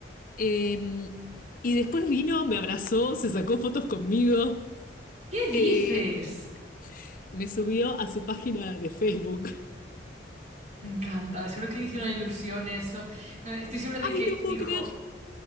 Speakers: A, on the left; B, on the right.
A: Em, y después vino, me abrazó, se sacó fotos conmigo.
B: ¿Qué dices?
A: Eh, me subió a su página de Facebook. <laughs>
B: Me encanta, seguro que le hicieron ilusión eso. Eh, Estoy segura de
A: Ay,
B: que
A: no puedo
B: dijo,
A: creer.